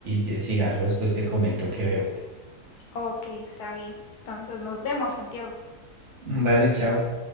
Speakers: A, on the right; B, on the left.
A: y, y si algo después te comento que veo.
B: Ok, está bien. Entonces nos vemos, Santiago.
A: Vale, chao.